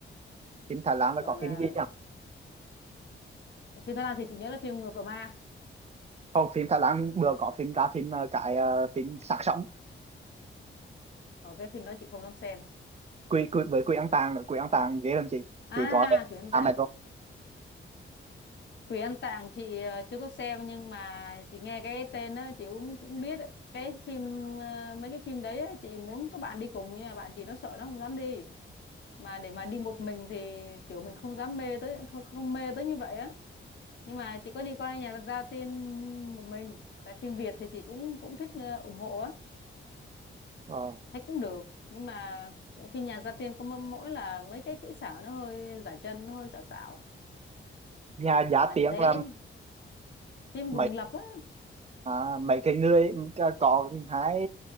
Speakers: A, on the right; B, on the left.
A: phim Thái Lan là
B: gọi
A: có
B: là
A: phim gì
B: phim Thái Lan thì chị nhớ là phim Người vợ ma
A: còn phim Thái Lan vừa có phim ra phim ờ, cái ờ, phim Xác Sống
B: ở cái phim đó chị không dám xem
A: quỷ, quỷ với quỷ ăn tàng nữa. quỷ ăn tàng ghê lắm chị
B: à
A: chị có
B: Quỷ Ăn
A: à
B: Tạng
A: mày rồi
B: Quỷ Ăn Tạng chị ờ, chưa có xem nhưng mà chị nghe cái tên đó chị cũng, cũng biết ấy. cái phim ờ, mấy cái phim đấy á, chị muốn các bạn đi cùng nhưng mà bạn chị nó sợ nó không dám đi mà để mà đi một mình thì kiểu mình không dám mê tới không, không mê tới như vậy á nhưng mà chị có đi coi nhà ra tiên một mình tại phim Việt thì chị cũng cũng thích ờ, ủng hộ á
A: ờ.
B: thấy cũng được nhưng mà phim nhà gia tiên có mỗi mỗi là mấy cái kỹ xảo nó hơi giải chân nó hơi xảo xảo
A: nhà giá
B: mà
A: tiếng
B: chị thấy
A: là
B: phim
A: mấy
B: của Huỳnh Lập á
A: à, mấy cái người có có hai